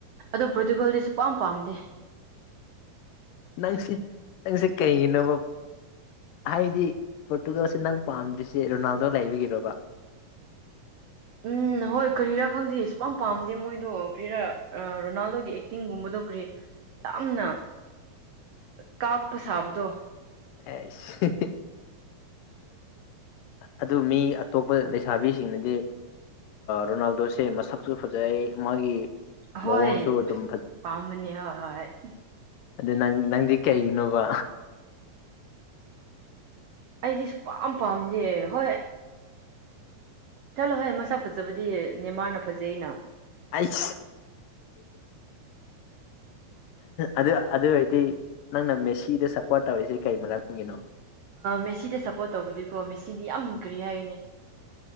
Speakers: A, on the right; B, on the left.
A: ꯑꯗꯣ ꯄꯣꯔꯇꯨꯒꯜꯗꯤꯁꯨ ꯄꯥꯝ ꯄꯥꯝꯗꯦ
B: ꯅꯪꯁ ꯅꯪꯁꯦ ꯀꯩꯒꯤꯅꯣꯕ ꯍꯥꯏꯗꯤ ꯄꯣꯔꯇꯨꯒꯥꯜꯁꯦ ꯅꯪ ꯄꯥꯝꯗ꯭ꯔꯤꯁꯦ ꯔꯣꯅꯥꯜꯗꯣ ꯂꯩꯕꯒꯤꯔꯕ
A: ꯎꯝ ꯍꯣꯏ ꯀꯔꯤꯔꯥ ꯈꯪꯗꯦ ꯁꯨꯛꯝ ꯄꯥꯝꯗꯦ ꯃꯣꯏꯗꯣ ꯀ꯭ꯔꯤꯔꯥ ꯔꯣꯅꯥꯜꯗꯣꯒꯤ ꯑꯦꯛꯇꯤꯡꯒꯨꯝꯕꯗꯣ ꯀꯔꯤ ꯌꯥꯝꯅ ꯀꯥꯛꯄ ꯁꯥꯕꯗꯣ
B: ꯑꯁ ꯑꯗꯨ ꯃꯤ ꯑꯇꯣꯞꯄ ꯂꯩꯁꯥꯕꯤꯁꯤꯡꯅꯗꯤ ꯔꯣꯅꯥꯜꯗꯣꯁꯦ ꯃꯁꯛꯁꯨ ꯐꯖꯩ ꯃꯥꯒꯤ
A: ꯍꯣꯏ
B: ꯃꯑꯣꯡꯁꯨ ꯑꯗꯨꯝ
A: ꯄꯥꯝꯅꯦ ꯍꯣꯏ ꯍꯣꯏ
B: ꯑꯗꯨꯗ ꯅꯪ ꯅꯪ ꯀꯩꯩꯅꯣꯕ
A: ꯑꯩꯗꯤ ꯁ ꯄꯝ ꯄꯥꯝꯗꯦ ꯍꯣꯏ ꯆꯂꯣ ꯍꯣꯏ ꯃꯁꯥ ꯐꯖꯕꯗꯤ ꯅꯦꯃꯥꯔꯅ ꯐꯖꯩ ꯑꯩꯅ
B: ꯑꯩꯁ ꯑꯗꯨ ꯑꯗꯨ ꯑꯣꯏꯔꯗꯤ ꯅꯪꯅ ꯃꯦꯁꯤꯗ ꯁꯞꯄꯣꯔꯠ ꯇꯧꯔꯤꯁꯤ ꯀꯩ ꯃꯔꯝꯒꯤꯅꯣ
A: ꯃꯦꯁꯤꯗ ꯁꯞꯄꯣꯔꯠ ꯇꯧꯕꯗꯤꯀꯣ ꯃꯦꯁꯤꯗꯤ ꯌꯥꯝ ꯀꯔꯤ ꯍꯥꯏꯅꯤ